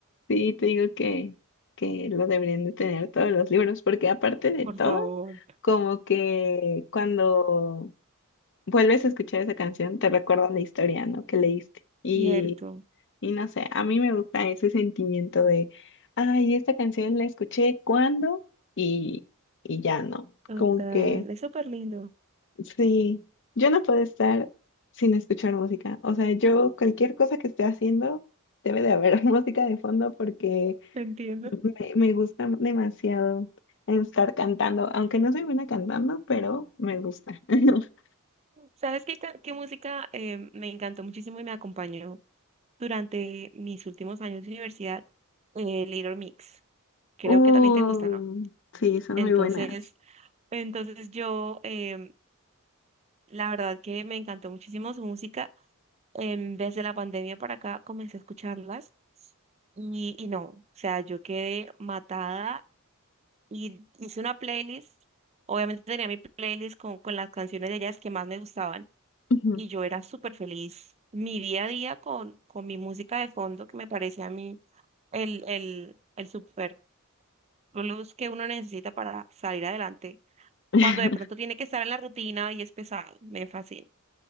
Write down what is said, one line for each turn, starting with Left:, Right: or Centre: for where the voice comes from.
Left: Sí, te digo que, que lo deberían de tener todos los libros, porque aparte de
Right: Por
Left: todo,
Right: favor,
Left: como que cuando vuelves a escuchar esa canción, te recuerda la historia, ¿no? Que leíste. Y,
Right: cierto.
Left: y no sé, a mí me gusta ese sentimiento de, ay, esta canción la escuché cuando y, y ya no.
Right: Total,
Left: Como que,
Right: es súper lindo.
Left: sí, yo no puedo estar sin escuchar música. O sea, yo cualquier cosa que esté haciendo, debe de haber <laughs> música de fondo porque
Right: Te entiendo.
Left: me, me gusta demasiado estar cantando, aunque no soy buena cantando, pero me gusta. <laughs>
Right: ¿Sabes qué, ca- qué música em, me encantó muchísimo y me acompañó? durante mis últimos años de universidad eh, Little Mix. Creo
Left: Uh,
Right: que también te gusta, ¿no?
Left: sí, son
Right: Entonces,
Left: muy buenas.
Right: entonces yo, em, la verdad que me encantó muchísimo su música. En vez de la pandemia para acá, comencé a escucharlas y, y no, o sea, yo quedé matada y hice una playlist. Obviamente tenía mi playlist con, con las canciones de ellas que más me gustaban
Left: Ujú.
Right: y yo era súper feliz. Mi día a día con, con mi música de fondo, que me parecía a mí el, el, el super plus que uno necesita para salir adelante
Left: <laughs>
Right: cuando de pronto tiene que estar en la rutina y es pesado. Me fascina.